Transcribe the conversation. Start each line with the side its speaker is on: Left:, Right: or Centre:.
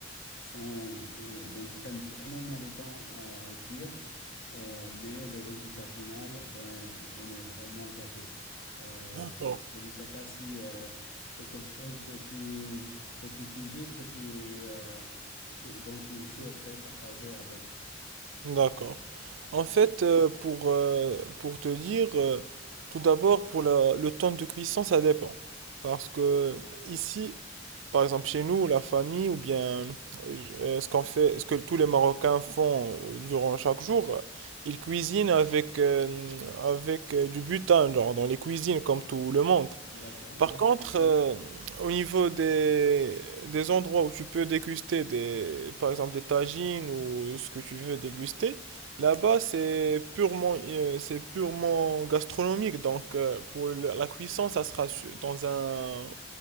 Left: sont, euh, donc prennent énormément de temps à, à cuire. Euh, mais le résultat final, ben, on, on est vraiment gâté. Euh,
Right: d'accord,
Left: je ne sais pas si euh, c'est quelque chose que tu, que tu cuisines, que tu, euh, que- dont tu souhaiterais partager avec.
Right: d'accord. En fait, euh, pour, euh, pour te dire, euh, tout d'abord, pour la- le temps de cuisson, ça dépend. Parce que ici, par exemple, chez nous, la famille, ou bien euh, je- euh, ce qu'on fait, ce que tous les Marocains font euh, durant chaque jour, euh, ils cuisinent avec, euh, avec euh, du butin, genre, dans les cuisines, comme tout le monde.
Left: D'accord,
Right: Par
Left: oui.
Right: contre, euh, au niveau des, des endroits où tu peux déguster des, par exemple des tagines ou ce que tu veux déguster, là-bas c'est purement, euh, c'est purement gastronomique. Donc euh, pour le- la cuisson, ça sera su- dans un,